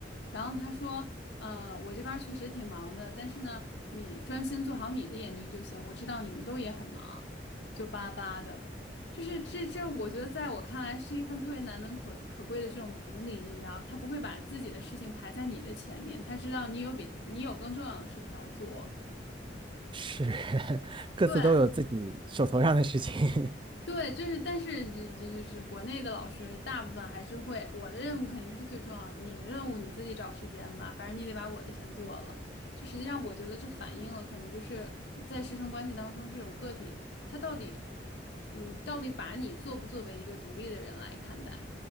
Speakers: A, on the left; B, on the right.
A: 然后他说，嗯，我这边儿确实挺忙的，但是呢，你专心做好你的研究就行。我知道你们都也很忙，就巴巴的，就是这这，我觉得在我看来是一份特别难能可可贵的这种同理，你知道吧？他不会把自己的事情排在你的前面，他知道你有比你有更重要的事情要做。
B: 是 <laughs> 各自都有自己手头上的事情。
A: 对，
B: <laughs>
A: 对，就是，但是这这就是国内的老师，大部分还是会。我的任务肯定是最重要的，你的任务你自己找时间吧，反正你得把我的先做了。就实际上，我觉得这反映了可能就是在师生关系当中，这种个体他到底，嗯，到底把你作不作为一个独立的人来看待，